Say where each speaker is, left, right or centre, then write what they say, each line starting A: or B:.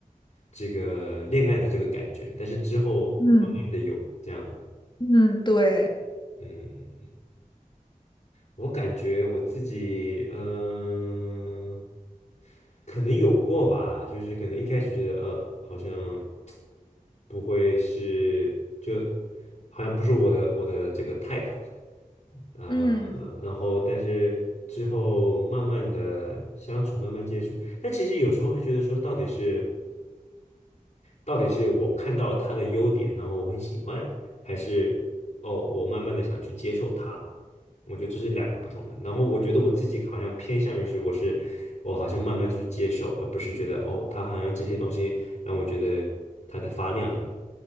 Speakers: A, on the left (about 55°); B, on the left (about 30°).
A: 这个恋爱的这个感觉，但是之后慢慢的有这样的，
B: 嗯。嗯，对，
A: 嗯我感觉我自己，嗯、可能有过吧，就是可能一开始觉得，呃，好像不会是，就好像不是我的我的这个 type，呃，
B: 嗯。
A: 然后但是之后慢慢的相处，慢慢接触，但其实有时候会觉得说，到底是。到底是我看到了他的优点，然后我很喜欢，还是哦，我慢慢的想去接受他？我觉得这是两个不同的。然后我觉得我自己好像偏向于是，我是我好像慢慢去接受，而不是觉得哦，他好像这些东西让我觉得他在发亮一样。